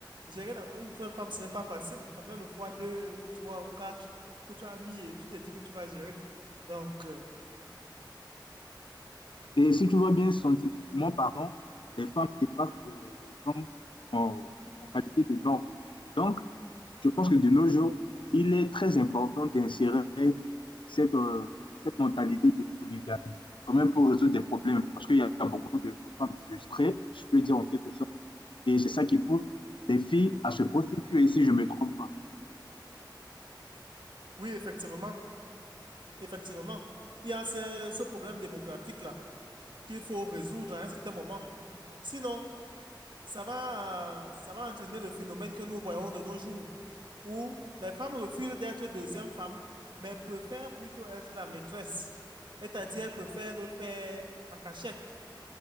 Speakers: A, on the right (about 70°); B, on the left (about 80°).
A: Gérer d'abord une seule femme, ce n'est pas facile. Combien de fois, deux ou trois ou quatre que tu as mis et tu te dis que tu vas gérer. Donc, euh,
B: Et si tu vois bien scientifiquement pardon les femmes dépassent euh, les hommes en, en qualité de normes. Donc, je pense que de nos jours, il est très important d'insérer cette, euh, cette mentalité de polygamie, quand même pour résoudre des problèmes, parce qu'il y a beaucoup de, de femmes frustrées, je peux dire en quelque sorte, et c'est ça qui pousse les filles à se prostituer, si je ne me trompe pas.
A: oui, effectivement, effectivement. Il y a ce, ce problème démographique-là qu'il faut résoudre à un certain moment. Sinon, ça va, euh, ça va entraîner le phénomène que nous voyons de nos jours, où les femmes refusent d'être deuxième femme, mais préfèrent plutôt être la maîtresse. C'est-à-dire, préfèrent le faire en cachette.